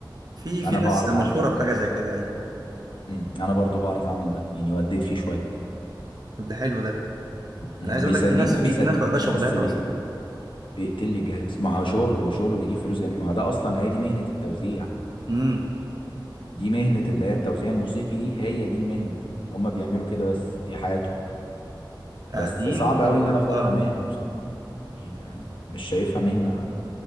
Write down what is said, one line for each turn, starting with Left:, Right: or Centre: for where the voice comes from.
Right: في في
Left: انا
Right: ناس
Left: بعرف اعمل
Right: مشهوره
Left: ده
Right: بحاجه زي كده ايوه
Left: امم انا برضو بعرف اعمل ده يعني وديت فيه شويه
Right: طب ده حلو ده
Left: امم
Right: انا عايز
Left: بيسليني
Right: اقول لك في ناس
Left: ده
Right: في
Left: بيسليني
Right: في ناس واخده شغلانه
Left: بس بي...
Right: اصلا
Left: بي- بيقتل لي الجهاز ما هو شغل وشغله بيجيب فلوس جميل ما هو ده اصلا هي دي مهنه التوزيع
Right: امم
Left: دي مهنه اللي هي التوزيع الموسيقي دي هي دي المهنه هما بيعملوا كده بس دي حياتهم بس
Right: قاعدين
Left: صعب
Right: و...
Left: قوي ان انا اخدها
Right: اه
Left: مهنه بصراحه يعني آه، مش شايفها مهنه